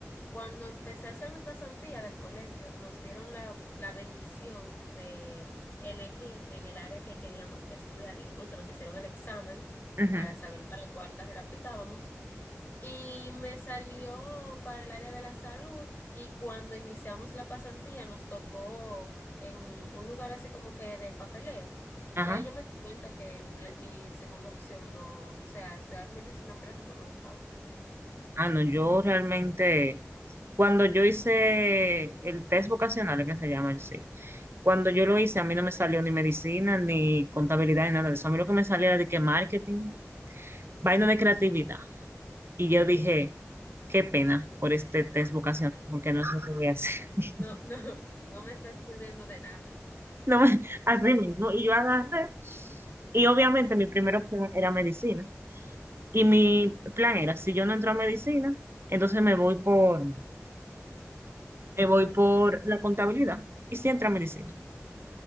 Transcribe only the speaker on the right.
Ujú,
Ajá.
Ah, no, yo realmente, cuando yo hice el test vocacional, que se llama el sí, cuando
yo lo hice, a mí no me salió ni medicina, ni contabilidad, ni nada de eso. A mí lo que me salía era de que marketing, vaina de creatividad. Y yo dije, qué pena por este
test vocacional, porque no es lo que voy a hacer. <laughs>
No me- así mismo. Y yo agarré, y obviamente mi primera opción era medicina. Y mi plan era, si yo no entro a medicina, entonces me voy por, me voy por la contabilidad. Y si entra a medicina.